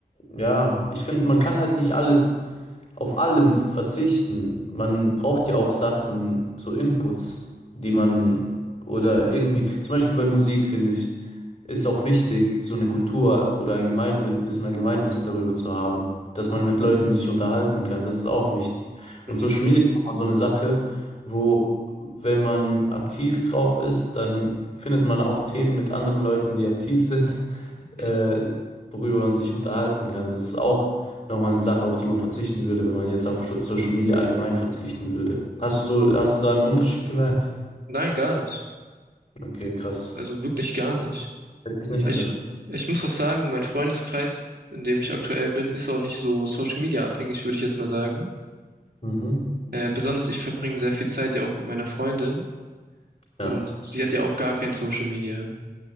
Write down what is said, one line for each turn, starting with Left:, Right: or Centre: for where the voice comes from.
Left: ja, ich finde, man kann halt nicht alles auf allem verzichten. Man braucht ja auch Sachen, so Inputs, die man oder irgendwie, zum Beispiel bei Musik, finde ich ist auch wichtig, so eine Kultur oder allgemein ein bisschen Allgemeinwissen darüber zu haben, dass man mit Leuten sich unterhalten kann. Das ist auch wichtig. Und
Right: Mhm.
Left: Social Media ist auch mal so eine Sache, wo, wenn man aktiv drauf ist, dann findet man auch Themen mit anderen Leuten, die aktiv sind, äh,
Right: Mhm.
Left: worüber man sich unterhalten kann. Das ist auch nochmal eine Sache, auf die man verzichten würde, wenn man jetzt auf Scho- Social Media allgemein verzichten würde. Hast du so, hast du da einen Unterschied gemerkt?
Right: Nein, gar nicht.
Left: Okay, krass.
Right: Also wirklich gar nicht.
Left: Hätte ich nicht
Right: Ich,
Left: gedacht.
Right: ich muss auch sagen, mein Freundeskreis, in dem ich aktuell bin, ist auch nicht so Social Media abhängig, würde ich jetzt mal sagen.
Left: Mhm.
Right: Äh, besonders ich verbringe sehr viel Zeit ja auch mit meiner Freundin
Left: Ja.
Right: und sie hat ja auch gar kein Social Media.